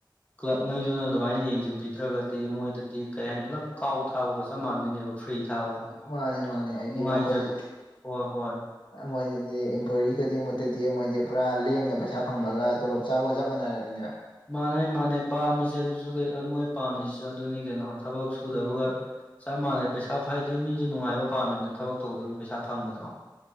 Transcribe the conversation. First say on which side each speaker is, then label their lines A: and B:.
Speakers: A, on the left; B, on the left.
A: ꯀ꯭ꯂꯕꯉꯩꯗꯨꯅ ꯑꯗꯨꯃꯥꯏꯅ ꯌꯦꯡꯁꯤꯟꯕꯤꯗ꯭ꯔꯒꯗꯤ ꯃꯣꯏꯗꯗꯤ ꯀꯩ ꯍꯥꯏꯅꯤ ꯄꯨꯂꯞ ꯀꯥꯎ ꯊꯥꯕꯒ ꯆꯞ ꯃꯥꯟꯅꯗꯣꯏꯅꯦꯕ ꯐ꯭ꯔꯤ ꯊꯥꯕꯒ
B: ꯃꯥꯅꯦ ꯃꯥꯅꯦ ꯑꯩꯗꯤ
A: ꯅꯨꯡꯉꯥꯏꯖꯕꯤ
B: ꯃꯈꯣꯏꯗ
A: ꯍꯣꯏ ꯍꯣꯏ
B: ꯃꯣꯏꯗꯗꯤ ꯏꯝꯄ꯭ꯂꯣꯏꯔꯤ ꯈꯨꯗꯤꯡꯃꯛꯇꯗꯤ ꯃꯣꯏꯗꯤꯦ ꯄꯨꯔꯥ ꯂꯦꯝꯅ ꯄꯩꯁꯥ ꯐꯪꯕꯒ ꯇꯣꯂꯣꯞ ꯆꯥꯕꯒ ꯆꯞ ꯃꯥꯟꯅꯔꯔꯕꯅꯦꯕ
A: ꯃꯥꯥꯟꯅꯩ ꯃꯥꯥꯟꯅꯩ ꯄꯥꯝꯃꯤꯁꯦ ꯑꯗꯨꯁꯨ ꯀ ꯃꯣꯏ ꯄꯥꯝꯃꯤꯁꯤꯁꯨ ꯑꯗꯨꯅꯤ ꯀꯩꯅꯣ ꯊꯕꯛ ꯁꯨꯗꯕꯒ
B: ꯎꯝ
A: ꯆꯞ ꯃꯥꯟꯅꯩ ꯄꯩꯁꯥ ꯐꯥꯏꯗꯤ ꯃꯤꯖꯦ ꯅꯨꯡꯉꯥꯏꯕ ꯄꯥꯝꯃꯤꯅ ꯊꯕꯛ ꯇꯧꯗꯕꯤ ꯄꯩꯁꯥ ꯐꯪꯕꯗꯣ